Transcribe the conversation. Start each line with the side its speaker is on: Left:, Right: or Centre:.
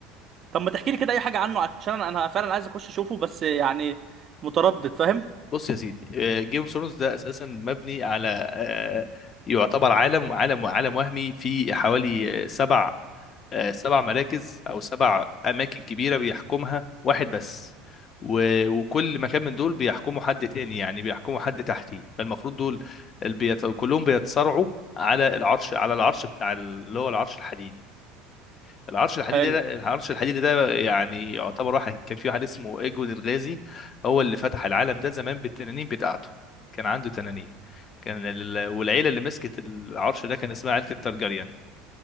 Right: طب ما تحكي لي كده اي حاجه عنه عشان انا فعلا عايز اخش اشوفه بس يعني متردد فاهم
Left: بص يا سيدي جيم اوف ثرونز ده اساسا مبني على آه، يعتبر عالم عالم عالم وهمي في حوالي آه، سبع آه، سبع مراكز او سبع اماكن كبيره بيحكمها واحد بس و- وكل مكان من دول بيحكمه حد تاني يعني بيحكمه حد تحتيه فالمفروض دول ال- بيت- كلهم بيتصارعوا على العرش على العرش بتاع ال- اللي هو العرش الحديدي العرش الحديدي
Right: حلو
Left: ده العرش الحديدي ده يعني يعتبر واحد كان في واحد اسمه ايجون الغازي هو اللي فتح العالم ده زمان بالتنانين بتاعته كان عنده تنانين كان ال... والعيله اللي مسكت العرش ده كان اسمها عيله الترجريان